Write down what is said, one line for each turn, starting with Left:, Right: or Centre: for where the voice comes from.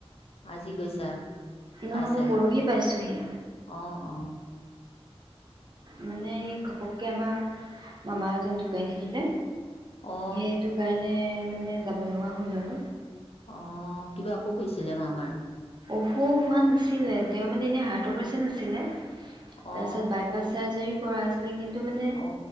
Left: আজি গৈছা?
Right: নহয়
Left: পাইছাগে
Right: মই পৰহি পাইছোঁহি।
Left: অ', অ' অ'।
Right: মানেই ঘপক্কে আমা, মামা এজন ঢুকাই থাকিলে।
Left: অ
Right: হেটো কাৰণেএ মান এ যাব লগা হ'ল আৰু।
Left: অ' কিবা অসুখ হৈছিলে মামাৰ?
Right: অসুস হোৱা নাছিলে, তেওঁ মানে এনে হাৰ্ট পেচেন আছিলে। তাইছত
Left: অ
Right: বাইপাছ চাজাৰী <inaudible> মানে
Left: অ